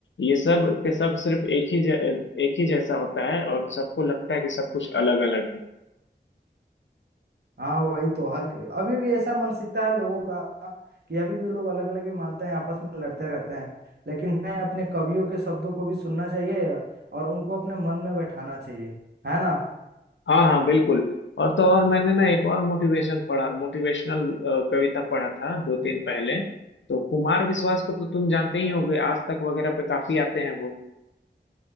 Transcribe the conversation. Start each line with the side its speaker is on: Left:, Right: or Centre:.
Left: ये सब के सब सिर्फ एक ही ज, एक ही जैसा होता है और सबको लगता है कि सब कुछ अलग अलग है
Right: हाँ वही तो हर अभी भी ऐसा मानसिकता है लोगों का कि अभी भी लोग अलग अलग ही मानते हैं आपस में लड़ते रहते हैं लेकिन मैं अपने कवियों के शब्दों को भी सुनना चाहिए और उनको अपने मन में बैठाना चाहिए है ना
Left: हाँ हाँ बिल्कुल और तो और मैंने ना एक और मोटिवेशन पढ़ा मोटिवेशनल कविता पढ़ा था दो तीन पहले तो कुमार विश्वास को तो तुम जानते ही होगे आज तक वगैरह पे काफी आते हैं वो